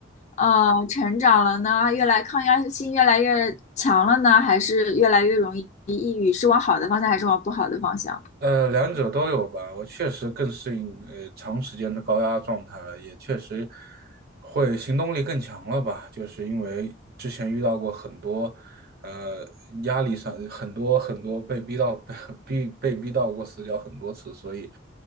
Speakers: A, on the left; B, on the right.
A: 呃，成长了呢？越来抗压性越来越强了呢？还是越来越容易抑郁？是往好的方向，还是往不好的方向？
B: 呃，两者都有吧。我确实更适应呃长时间的高压状态了，也确实会行动力更强了吧。就是因为之前遇到过很多呃压力上很多很多被逼到 <laughs> 被逼被逼到过死角很多次，所以